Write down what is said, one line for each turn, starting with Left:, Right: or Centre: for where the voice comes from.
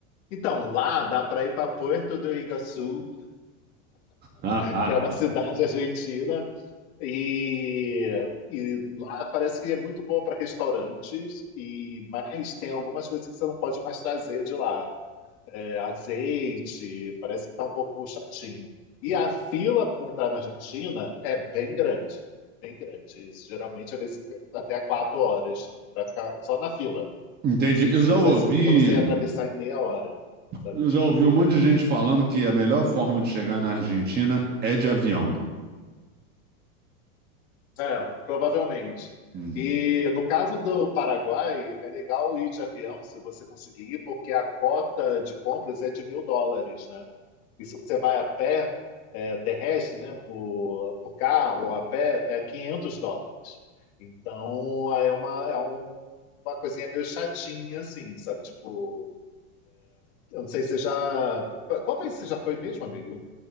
Left: Então, lá dá para ir para Puerto do Iguaçu,
Right: Ah, ah,
Left: que é uma
Right: ah.
Left: cidade argentina. E, e lá parece que é muito boa para restaurantes, e mas tem algumas coisas que você não pode mais trazer de lá. É, azeite, parece que está um pouco chatinho. E a fila para entrar na Argentina é bem grande, bem grande. Isso, geralmente às vezes você fica até quatro horas para ficar só na fila.
Right: Entendi.
Left: Tipo assim,
Right: Eu
Left: se
Right: já
Left: não
Right: ouvi,
Left: tivesse fila, você ia atravessar em meia hora, sabe?
Right: eu
Left: Tipo,
Right: já ouvi um monte de gente falando que a melhor forma de chegar na Argentina é de avião.
Left: É, provavelmente.
Right: Hum.
Left: E no caso do Paraguai, é legal ir de avião se você conseguir ir, porque a cota de compras é de mil dólares, né? E se você vai a pé, é, terrestre, né, por, por carro ou a pé, é 500 dólares. Então, é uma, é um- uma coisinha meio chatinha, assim, sabe? Tipo, eu não sei se você já. Qual país você já foi mesmo, amigo?